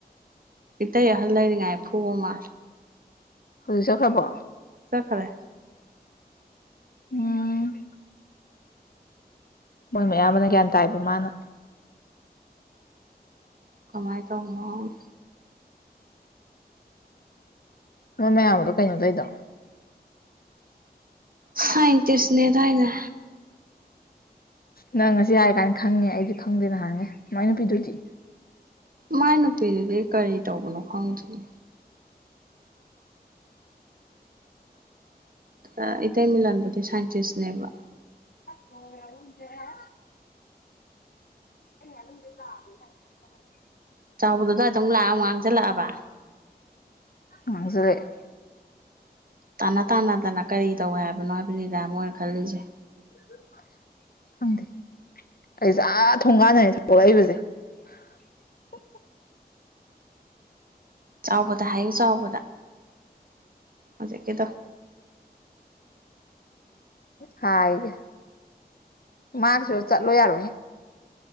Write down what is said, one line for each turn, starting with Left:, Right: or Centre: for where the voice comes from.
Right: ꯏꯠꯇ ꯌ ꯍꯜ ꯂꯩꯅꯤꯉꯥꯏ ꯐꯨꯕ ꯃꯥꯂꯦ
Left: ꯍꯧꯖꯤꯛ ꯆꯠꯈ꯭ꯔꯕꯣ
Right: ꯆꯠꯈ꯭ꯔꯦ
Left: ꯎꯝ ꯃꯣꯏ ꯃꯌꯥꯝꯕꯅ ꯒ꯭ꯌꯥꯟ ꯇꯥꯏꯕ ꯃꯥꯅ
Right: ꯀꯃꯥꯏ ꯇꯧꯕ ꯅꯣ
Left: ꯃꯣꯏ ꯃꯌꯥꯝꯗꯣ ꯀꯩꯅꯣ ꯇꯧꯏꯗꯣ
Right: ꯁꯥꯏꯟꯇꯤꯁꯅꯦ ꯗꯥꯏꯅꯦ
Left: ꯅꯪ ꯉꯁꯤ ꯍꯥꯏꯔꯀꯥꯟꯗ ꯈꯪꯉꯦ ꯑꯩꯗꯤ ꯈꯪꯗꯦ ꯅꯍꯥꯟꯒꯩ ꯃꯥꯏ ꯅꯨꯄꯤꯗꯨꯗꯤ
Right: ꯃꯥꯏ ꯅꯨꯄꯤꯗꯨꯗꯤ ꯀꯔꯤ ꯇꯧꯕꯅꯣ ꯈꯪꯗꯤꯌꯦ ꯑꯥ ꯏꯇꯩ ꯃꯤꯂꯟ ꯕꯨꯗꯤ ꯁꯥꯏꯟꯇꯤꯁꯅꯦꯕ
Left: ꯍꯣ ꯌꯥꯎꯔꯝꯗꯔ꯭ꯦ <unintelligible> ꯑꯩ ꯉꯥꯅꯨꯖꯦ <unintelligible> <inaudible>
Right: ꯆꯥꯎꯕꯗꯨ ꯑꯗꯨꯋꯥꯏꯗ ꯃꯨꯛ ꯂꯥꯛꯑ ꯃꯨꯛ ꯉꯥꯡꯖꯤꯜꯂꯛꯑꯕ
Left: ꯉꯥꯡꯖꯤꯜꯂꯛ ꯑꯦ
Right: ꯇꯥꯅ ꯇꯥꯅ ꯗꯅ ꯀꯔꯤ ꯇꯧꯋꯦ ꯍꯥꯏꯕꯅꯣ ꯍꯥꯏꯕꯅꯤꯗ ꯃꯣꯏꯅ ꯈꯜꯂꯤꯁꯦ
Left: <unintelligible> <inaudible> ꯈꯪꯗꯦ ꯫ ꯑꯩꯖꯦ ꯑꯥ ꯊꯣꯡꯒꯥꯟꯗꯅꯦ ꯊꯣꯛꯂꯛꯏꯕꯖꯦ <unintelligible> <inaudible>
Right: ꯆꯥꯎꯕꯗ ꯍꯥꯏꯌꯨ ꯆꯥꯎꯕꯗ ꯍꯧꯖꯤꯛ ꯀꯤꯗꯣ
Left: ꯍꯥꯏꯒꯦ꯫ ꯃꯥꯁꯨ ꯆꯠꯂꯣ ꯌꯥꯔꯣꯏꯍꯦ